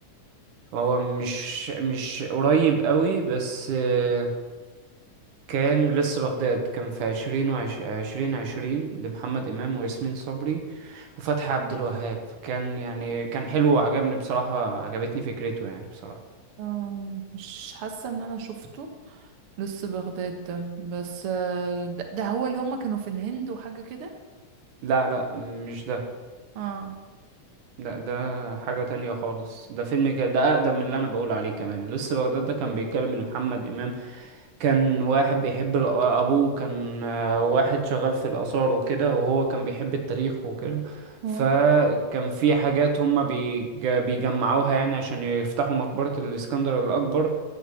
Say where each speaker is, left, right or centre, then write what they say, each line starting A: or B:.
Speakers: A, on the right; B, on the right.
A: هو مش مش قريب قوي بس آه كان لسه بغداد كان في عشرين وعش... عشرين عشرين لمحمد إمام وياسمين صبري وفتحي عبد الوهاب كان يعني كان حلو وعجبني بصراحة عجبتني فكرته يعني بصراحة
B: آه، مش حاسة ان انا شفته لسه بغداد ده بس آه ده, ده هو اللي هما كانوا في الهند وحاجة كده
A: لا لا مش ده
B: اه
A: لا ده حاجة تانية خالص ده فيلم ك... ده أقدم من اللي أنا بقول عليه كمان لسه بغداد ده كان بيتكلم إن محمد إمام كان واحد بيحب الأ- أبوه كان آه، واحد شغال في الآثار وكده وهو كان بيحب التاريخ وكده فكان
B: اه
A: في حاجات هما بيج... بيجمعوها يعني عشان يفتحوا مقبرة الإسكندر الأكبر